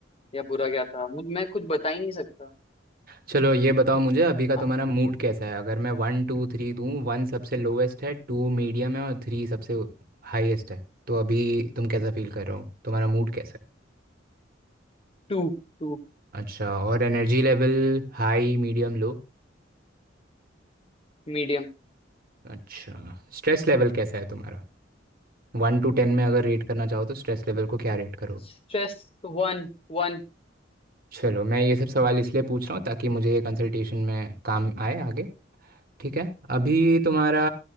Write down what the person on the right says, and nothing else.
चलो ये बताओ मुझे अभी का
तुम्हारा मूड कैसा है अगर मैं वन टू थ्री दूँ वन सबसे लोवेस्ट है टू मीडियम है और थ्री सबसे हाईएस्ट है तो अभी तुम कैसा फील कर रहे हो तुम्हारा मूड कैसा है
अच्छा और energy level high medium low
अच्छा स्ट्रेस लेवल कैसा है तुम्हारा वन टू टेन में अगर रेट करना चाहो तो स्ट्रेस लेवल को क्या रेट करो
चलो मैं ये सब सवाल इसलिए पूछ रहा हूँ ताकि मुझे ये कंसल्टेशन में काम आए आगे ठीक है अभी तुम्हारा